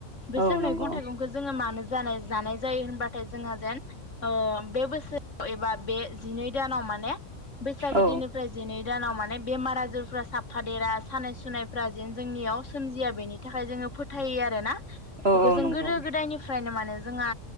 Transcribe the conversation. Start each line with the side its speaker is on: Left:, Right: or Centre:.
Left: बिसोर
Right: औ नंगौ
Left: मैगं थाइगंखौ जोङो मानो जानाय जानाय जायो होनबाथाय जोंहा जेन ओ बे बोसोराव एबा बे जिनै दानाव माने बैसागो
Right: औ
Left: दिननिफ्राय जिनै दानाव माने बेमार-आजारफ्रा साफादेरा सानाय-सुनाय फ्रा जेन जोंनियाव सोमजिया बेनि नि थाखाय जोङो फोथायो आरो ना
Right: औ
Left: बेखौ
Right: औ
Left: जों
Right: नंगौ
Left: गोदो-गोदायनिफ्रायनो माने जोंहा